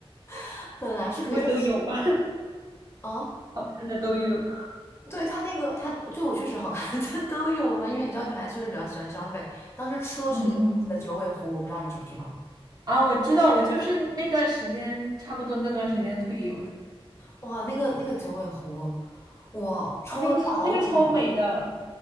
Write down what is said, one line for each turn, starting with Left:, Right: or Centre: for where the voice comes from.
Left: <laughs> 本来是可以在
Right: 不会都有吧？<laughs>
Left: 啊，
Right: 看的都有。
Left: 对它那个它对我确实好看，<laughs> 它都有嘛，因为你知道女孩确实比较喜欢消费。当时出的是那个大的九尾狐，
Right: 嗯嗯
Left: 我不知道你知不知道？
Right: 啊，我知道，我就是那段时间，差不多那段时间退游的。
Left: 哇，那个那个九尾狐，我抽的保底，
Right: 啊那个超那个超美的，